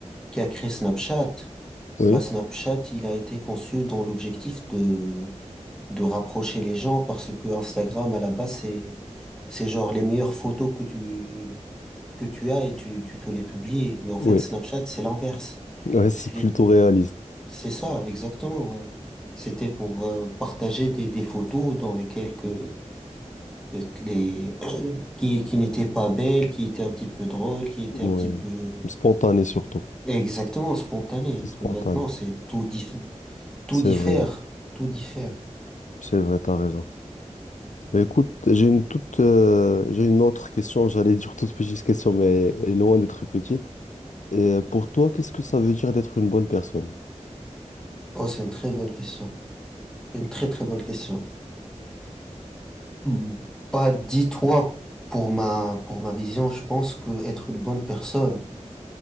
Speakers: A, in the centre; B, on the left (about 85°).
A: qui a créé Snapchat.
B: Oui,
A: Bah, Snapchat, il a été conçu dans l'objectif de, de rapprocher les gens parce que Instagram, à la base, c'est, c'est genre les meilleures photos que tu, que tu as et tu, tu peux les publier. Mais en fait,
B: oui.
A: Snapchat, c'est l'inverse.
B: Ouais, c'est
A: C'est les-
B: plutôt réaliste.
A: c'est ça, exactement, ouais. C'était pour euh, partager des, des photos dans lesquelles que euh, les <clears throat> qui qui n'étaient pas belles, qui étaient un petit peu drôles, qui étaient
B: Ouais.
A: un petit peu
B: Spontané surtout.
A: exactement spontanées.
B: C'est spontané.
A: Mais maintenant, c'est tout diff- tout
B: C'est
A: diffère,
B: vrai.
A: tout diffère.
B: C'est vrai, t'as raison. Mais écoute, j'ai une toute, euh, j'ai une autre question. J'allais dire toute petite question, mais elle est loin d'être petite. Et euh, pour toi, qu'est-ce que ça veut dire d'être une bonne personne?
A: Oh, c'est une très bonne question. Une très très bonne question. Mm. Bah, dis-toi, pour ma pour ma vision, je pense que être une bonne personne,